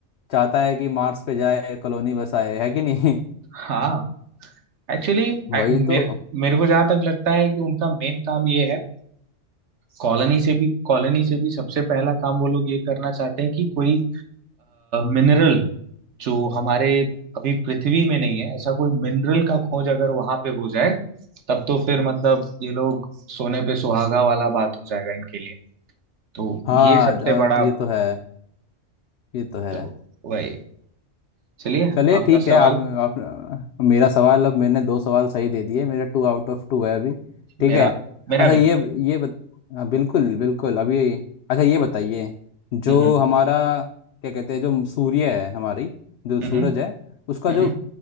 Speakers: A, on the left; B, on the right.
A: चाहता है कि मार्स पे जाए कॉलोनी बसाए है कि नहीं
B: हाँ एक्चुअली
A: <laughs> वही
B: मेरे
A: तो
B: मेरे को जहां तक लगता है कि उनका मेन काम ये है कॉलोनी से भी कॉलोनी से भी सबसे पहला काम वो लोग ये करना चाहते हैं कि कोई मिनरल जो हमारे अभी पृथ्वी में नहीं है ऐसा कोई मिनरल का खोज अगर वहां पे हो जाए तब तो फिर मतलब ये लोग सोने पे सुहागा वाला बात हो जाएगा इनके लिए तो
A: हाँ
B: ये सबसे
A: द-
B: बड़ा
A: ये तो है ये तो है
B: तो वही चलिए
A: चलिए
B: आपका
A: ठीक
B: सवाल
A: है आप, आप मेरा सवाल अब मैंने दो सवाल सही दे दिए मेरा टू आउट ऑफ टू है अभी ठीक
B: मेरा
A: है
B: मेरा
A: अच्छा
B: भी
A: ये ये बत, हाँ, बिल्कुल बिल्कुल अभी अच्छा ये बताइए जो
B: हम्म
A: हमारा क्या कहते हैं जो सूर्य है हमारी जो
B: हम्म
A: सूरज है उसका
B: हम्म
A: जो